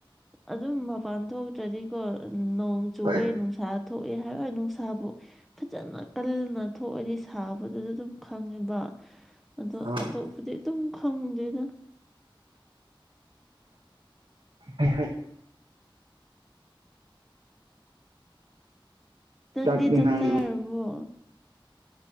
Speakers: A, in the centre; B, on the right.
A: ꯑꯗꯨꯝ ꯃꯄꯥꯟ ꯊꯣꯛ ꯇ꯭ꯔꯗꯤꯀꯣ ꯅꯣꯡ ꯆꯨꯑꯦ
B: ꯍꯣꯏ
A: ꯅꯨꯡꯁꯥ ꯊꯣꯛꯑꯦ ꯍꯥꯏꯔꯣꯏ ꯅꯨꯡꯁꯥꯕꯨ ꯐꯖꯅ ꯀꯟꯅ ꯊꯣꯛꯑꯗꯤ ꯁꯥꯕꯗꯨꯗ ꯑꯗꯨꯝ ꯈꯪꯉꯦꯕ ꯑꯗꯣ
B: ꯑꯥ
A: ꯑꯇꯣꯞꯄꯗꯤ ꯑꯗꯨꯝ ꯈꯪꯗꯦꯗ
B: ꯑꯩ ꯍꯥꯢ
A: ꯅꯪꯗꯤ
B: ꯆꯥꯛꯇꯤ
A: ꯆꯥꯛ
B: ꯅꯪ
A: ꯆꯥꯔꯕꯣ